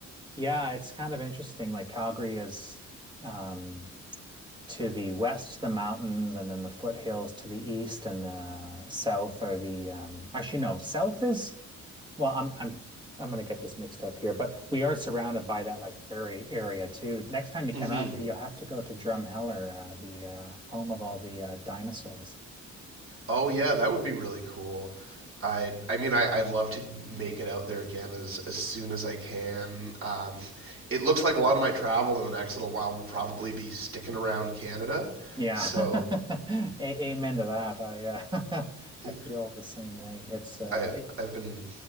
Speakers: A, on the right; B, on the right.
A: yeah, it's kind of interesting. Like Calgary is um to the west, the mountains, and then the foothills to the east, and the south are the um, actually no, south is well, I'm I'm I'm gonna get this mixed up here, but we are surrounded by that like prairie area too. Next time you
B: Mm-hmm.
A: come out here, you'll have to go to Drumheller, uh, the uh, home of all the uh, dinosaurs.
B: Oh yeah, that would be really cool. I I mean I I'd love to make it out there again as as soon as I can. Um, it looks like a lot of my travel in the next little while will probably be sticking around Canada.
A: Yeah,
B: So
A: <laughs> a amen to that. I uh, <laughs>
B: <laughs>
A: I feel the same way. It's uh,
B: I
A: it,
B: I've been